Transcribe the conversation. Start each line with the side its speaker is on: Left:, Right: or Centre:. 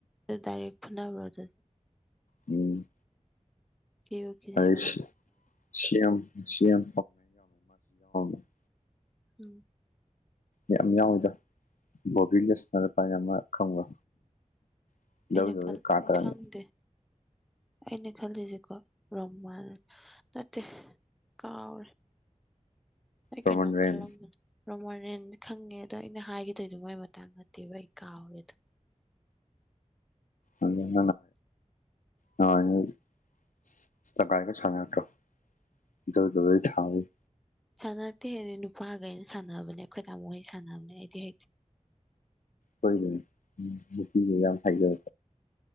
Centre: ꯑꯗꯨ ꯗꯥꯏꯔꯦꯛ ꯐꯨꯅꯕ꯭ꯔꯣ ꯑꯗꯨ
Left: ꯎꯝ
Centre: ꯀꯦꯕꯨ ꯀꯤꯖꯩ
Left: ꯑꯩꯁ ꯁꯤ ꯑꯦꯝ <unintelligible>
Centre: ꯎꯝ
Left: ꯌꯥꯝ ꯌꯥꯎꯋꯤꯗ ꯕꯣꯕꯤ ꯂꯤꯁꯅꯔ ꯀꯥꯏꯅ ꯃ ꯈꯪꯕ꯭ꯔꯣ <unintelligible>
Centre: ꯑꯩꯅ ꯈꯜ ꯈꯪꯗꯦ ꯑꯩꯅ ꯈꯜꯂꯤꯁꯤꯀꯣ <unintelligible> ꯅꯠꯇꯦ ꯀꯥꯎꯔꯦ ꯑꯩ
Left: ꯔꯣꯃꯟ
Centre: ꯀꯩꯅꯣꯝ
Left: ꯔꯦꯟ
Centre: ꯈꯜꯂꯝꯕꯅꯦ ꯔꯣꯃꯥꯔꯤꯑꯦꯟ ꯈꯪꯉꯦ ꯑꯗꯣ ꯑꯩꯅ ꯍꯥꯏꯒꯦ ꯗꯧꯏꯗꯨ ꯃꯥꯒꯤ ꯃꯇꯥꯡ ꯅꯠꯇꯦꯕ ꯑꯩ ꯀꯥꯎꯔꯦ ꯑꯗꯨ
Left: ꯑꯗꯣ ꯅꯪ ꯅꯍꯥꯋꯥꯏ <unintelligible> ꯥꯆꯒꯥꯏꯒ ꯁꯥꯅꯥꯔꯛꯇ꯭ꯔꯣ <unintelligible> ꯊꯥꯕꯩ
Centre: ꯁꯥꯟꯅꯔꯛꯇꯦꯍꯦ ꯑꯗꯨꯗꯤ ꯅꯨꯄꯥꯈꯩꯅ ꯁꯥꯟꯅꯕꯅꯦ ꯑꯩꯈꯣꯏ ꯇꯥꯃꯣ ꯍꯣꯏ ꯁꯥꯟꯅꯕꯅꯦ ꯑꯩꯗꯤ ꯍꯩꯇꯦ
Left: ꯍꯣꯏꯅꯦ ꯎꯝ ꯅꯨꯄꯤꯒ ꯌꯥꯝ ꯍꯩꯅ